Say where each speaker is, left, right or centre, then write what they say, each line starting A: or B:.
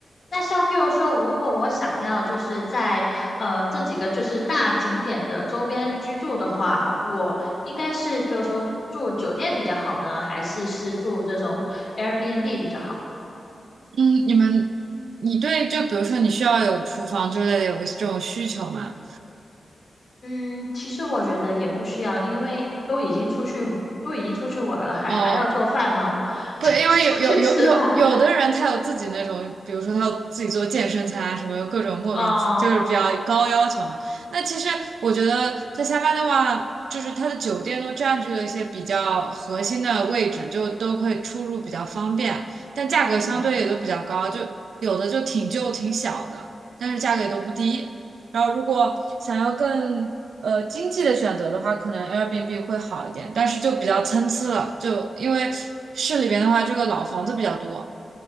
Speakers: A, on the left; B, on the right.
A: 那像譬如说，如果我想要就是在呃这几个就是大景点的周边居住的话，我应该是譬如说住酒店比较好呢，还是是住这种 Airbnb 比较好？
B: 嗯，你们，你对，就比如说你需要有厨房之类的，有个这种需求吗？
A: 嗯，其实我觉得也不需要，因为都已经出去都已经出去玩儿了，还还要做饭吗？
B: 哦，
A: <laughs> 就出去吃吧。
B: 不，因为有有有有有的人他有自己那种，比如说他有自己做健身餐啊，什么各种莫名就是比较高要求嘛。
A: 哦，
B: 那其实我觉得在塞班的话，就是它的酒店都占据了一些比较核心的位置，就都会出入比较方便，但价格相对也都比较高，
A: 嗯，
B: 就有的就挺旧挺小的，但是价格也都不低。然后如果想要更呃经济的选择的话，可能 Airbnb 会好一点，但是就比较参差了，就因为市里边的话，这个老房子比较多，